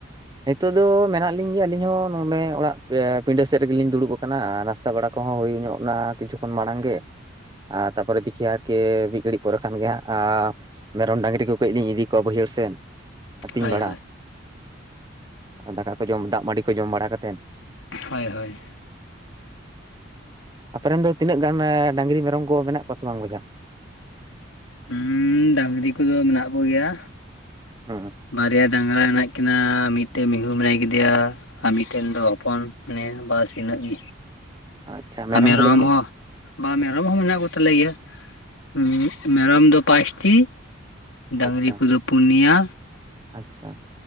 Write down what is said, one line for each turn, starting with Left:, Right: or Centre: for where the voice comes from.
Right: ᱱᱤᱛᱚ ᱫᱚ ᱢᱮᱱᱟᱜ ᱞᱤᱧ ᱜᱮᱭᱟ ᱟᱹᱞᱤᱧ ᱦᱚᱸ ᱱᱚᱸᱰᱮ ᱚᱲᱟᱜ ᱯᱮᱭᱟ ᱯᱤᱸᱰᱟᱹ ᱥᱮᱫ ᱨᱮᱜᱮᱞᱤᱧ ᱫᱩᱲᱩᱵ ᱟᱠᱟᱱᱟ ᱱᱟᱥᱛᱟ ᱵᱟᱲᱟ ᱠᱚᱦᱚᱸ ᱦᱳᱭ ᱧᱚᱜ ᱱᱟ ᱠᱤᱪᱷᱩ ᱠᱷᱚᱱ ᱢᱟᱲᱟᱝ ᱜᱮ ᱟᱨ ᱛᱟᱯᱚᱨᱮ <unintelligible> ᱠᱮ ᱢᱤᱜ ᱜᱷᱟᱹᱲᱤᱡ ᱯᱚᱨᱮ ᱠᱷᱟᱱ ᱜᱮ ᱦᱟᱸᱜ ᱟᱨ ᱢᱮᱨᱚᱢ ᱰᱟᱹᱟᱝᱨᱤ ᱠᱚ ᱠᱟᱹᱡᱞᱤᱧ ᱤᱫᱤ ᱠᱚᱣᱟ ᱵᱟᱹᱭᱦᱟᱹᱲ ᱥᱮᱱ ᱟᱹᱛᱤᱧ
Left: ᱦᱳᱭ
Right: ᱵᱟᱲᱟ
Left: ᱦᱳᱭ
Right: ᱟᱨ ᱫᱟᱠᱟ ᱠᱚ ᱡᱚᱢ ᱫᱟᱜ ᱢᱟᱹᱰᱤ ᱠᱚ ᱡᱚᱢ ᱵᱟᱲᱟ ᱠᱟᱛᱮᱫ
Left: ᱦᱳᱭ ᱦᱳᱭ
Right: ᱟᱯᱮ ᱨᱮᱱ ᱫᱚ ᱛᱤᱱᱟᱹᱜ ᱜᱟᱱ ᱰᱟᱹᱝᱨᱤ ᱢᱮᱨᱚᱢ ᱠᱚ ᱢᱮᱱᱟᱜ ᱠᱚᱣᱟ ᱥᱮ ᱵᱟᱝ ᱵᱚᱭᱦᱟ
Left: ᱦᱩᱸ ᱰᱟᱝᱨᱤ ᱠᱚᱫᱚ ᱢᱮᱱᱟᱜ ᱠᱚᱜᱮᱭᱟ
Right: ᱦᱚᱸ
Left: ᱵᱟᱨᱭᱟ ᱰᱟᱝᱨᱟ ᱦᱮᱱᱟᱜ ᱠᱤᱱᱟᱹ ᱢᱤᱫᱴᱮᱜ ᱢᱤᱦᱩ ᱢᱮᱱᱟᱭ ᱠᱮᱫᱮᱭᱟ ᱟᱨ ᱢᱤᱫᱴᱮᱱ ᱫᱚ ᱦᱚᱯᱚᱱ ᱢᱮᱱᱟᱭᱟ ᱵᱟᱥ ᱤᱱᱟᱹᱜ ᱜᱤ
Right: ᱟᱪᱪᱷᱟ
Left: ᱟᱨ ᱢᱮᱨᱚᱢ
Right: ᱠᱚᱫᱚ ᱵᱟᱹᱱᱩᱜ
Left: ᱦᱚᱸ
Right: ᱠᱚᱣᱟ
Left: ᱵᱟ ᱢᱮᱨᱚᱢ ᱦᱚᱸ ᱢᱮᱱᱟᱜ ᱠᱚᱛᱟᱞᱮᱜᱮᱭᱟ ᱩᱸᱜ ᱢᱮᱨᱚᱢ ᱫᱚ ᱯᱟᱥᱴᱤ ᱰᱟᱝᱨᱤ
Right: ᱟᱪᱪᱷᱟ
Left: ᱠᱚᱫᱚ ᱯᱩᱱᱭᱟ
Right: ᱟᱪᱪᱷᱟ